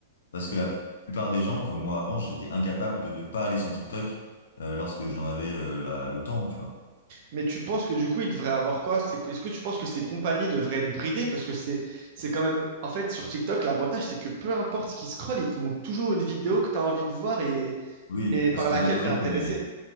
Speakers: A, on the left; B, on the right.
A: Parce que la plupart des gens, comme moi avant, j'étais incapable de ne pas aller sur TikTok euh, lorsque j'en avais euh, la- le temps, tu vois.
B: Mais tu penses que du coup, il devrait avoir quoi? C'est- Est-ce que tu penses que ces compagnies devraient être bridées? Parce que c'est c'est quand même. En fait, sur TikTok, l'avantage, c'est que peu importe ce qui scrolle, il te montre toujours une vidéo que tu as envie de voir et,
A: Oui,
B: et par
A: parce que
B: laquelle
A: l'algorithme
B: tu es intéressé.
A: est,